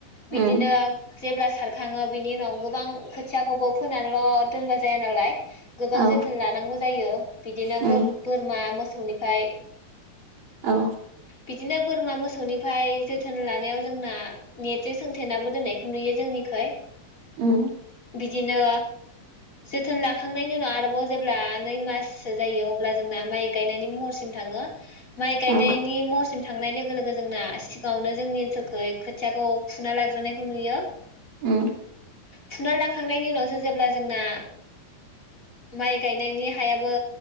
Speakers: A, on the right; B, on the left.
A: उम
B: बिदिनो जेब्ला सारखाङो बिनि उनाव गोबां खोथियाखौबो फोनानैल' दोनबा जाया नालाय। गोबां
A: औ
B: जोथोन लानांगौ जायो बिदिनो
A: उम
B: मो बोरमा मोसौनिफ्राय
A: औ
B: बिदिनो बोरमा मोसौनिफ्राय जोथोन लानायाव जोंना नेटजों सोंथेनाबो दोननायखौ नुयो जोंनिखै।
A: उम
B: बिदिनो जोथोन लाखांनायनि उनाव आरो बाव जेब्ला नै माससो जायो अब्ला जोंना माइ गायनायनि महरसिम थाङो माइ गायनायनि
A: औ
B: मसम थांनाय लोगो लोगो जोंना सिगाङावनो जोंनि ओनसोलखै खोथियाखौ फुना लाग्रोनायखौ नुयो
A: उम
B: फुना लाखांनायनि उनावसो जेब्ला जोंना माइ गायनायनि हायाबो